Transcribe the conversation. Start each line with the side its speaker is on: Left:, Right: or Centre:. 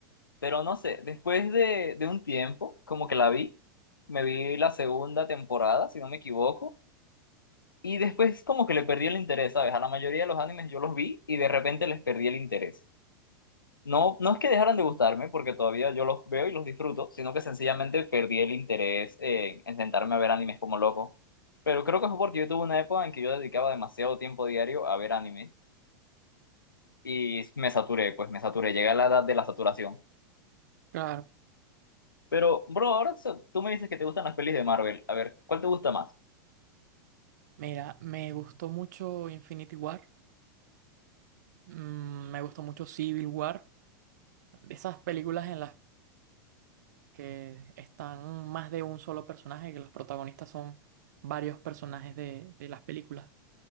Left: pero no sé, después de, de un tiempo, como que la vi, me vi la segunda temporada, si no me equivoco, y después como que le perdí el interés, ¿sabes? A la mayoría de los animes yo los vi y de repente les perdí el interés. No, no es que dejaran de gustarme, porque todavía yo los veo y los disfruto, sino que sencillamente perdí el interés eh, en sentarme a ver animes como loco. Pero creo que fue porque yo tuve una época en que yo dedicaba demasiado tiempo diario a ver anime y me saturé, pues me saturé, llegué a la edad de la saturación.
Right: Claro,
Left: Pero, bro, ahora so- tú me dices que te gustan las pelis de Marvel. A ver, ¿cuál te gusta más?
Right: mira, me gustó mucho Infinity War, mm, me gustó mucho Civil War. de esas películas en las que están más de un solo personaje, que los protagonistas son varios personajes de, de las películas.